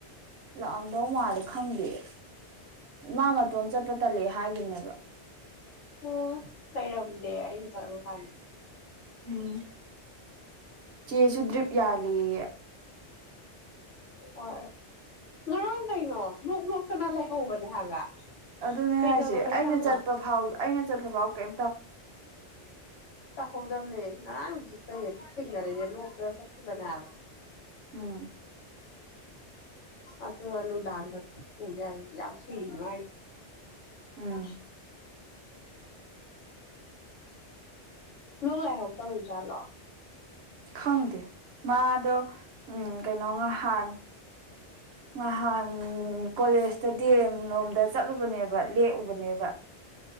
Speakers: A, on the right (about 65°); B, on the left (about 90°).
A: ꯂꯥꯛꯑꯝꯗꯧ ꯃꯥꯜꯂꯦ ꯈꯪꯗꯤꯌꯦ ꯃꯥ ꯃꯇꯣꯝ ꯆꯠꯄ ꯇꯠꯂꯦ ꯍꯥꯏꯒꯤꯅꯦꯕ <unintelligible>
B: ꯑꯣ ꯂꯩꯔꯝꯗꯦ ꯑꯩꯁꯨ ꯆꯠꯂꯝꯗꯧ ꯃꯥꯟꯕ
A: ꯎꯝ ꯆꯦꯁꯨ ꯗ꯭ꯔꯤꯞ ꯌꯥꯜꯂꯤꯌꯦ
B: ꯍꯣꯏ ꯉꯔꯥꯡ ꯀꯩꯅꯣ ꯅꯣꯛ ꯅꯣꯛꯇꯅ ꯂꯩꯍꯧꯕꯅꯦ ꯍꯥꯏꯕ
A: ꯑꯗꯨꯅꯦ
B: ꯀꯩꯗꯧꯔꯖꯥꯠꯅꯣ
A: ꯍꯥꯏꯁꯦ ꯑꯩꯅ ꯆꯠꯄ ꯐꯥꯎꯕ ꯑꯩꯅ ꯆꯠꯕꯐꯥꯎ ꯀꯩ
B: ꯇ ꯍꯗꯝꯅꯦ ꯑꯥꯏ ꯗꯤ ꯊꯦꯡꯅꯔꯦꯦ ꯅꯣꯀꯔ ꯆꯕꯅꯦ
A: ꯎꯝ
B: ꯑꯁ ꯍꯂ ꯎꯗꯥꯥꯟ ꯄ ꯌꯥ ꯌꯥꯝ ꯐ
A: ꯎꯝ
B: ꯑ ꯂꯣꯛ ꯂꯥꯏꯍꯧ ꯇꯧꯔꯤꯖꯥꯠꯂꯣ
A: ꯈꯪꯗꯦ ꯃꯥꯗꯣ ꯎꯝ ꯀꯩꯅꯣ ꯉꯍꯥꯟ ꯉꯍꯥꯟ ꯀꯣꯂꯦꯖꯇꯗꯤ ꯅꯣꯝꯗ ꯆꯠꯂꯨꯕꯅꯦꯕ ꯂꯦꯛꯎꯕꯅꯦꯕ